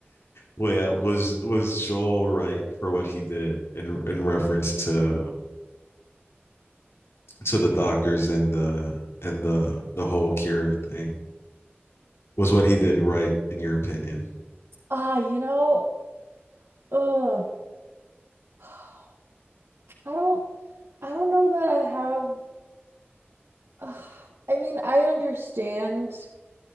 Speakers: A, on the left (about 80°); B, on the right (about 85°).
A: Wait, uh, was was Joel right for what he did in in reference to to the doctors and the and the the whole cure thing? was what he did right in your opinion?
B: Ah, you know, ugh. <sighs> I don't I don't know that I have ugh. I mean, I understand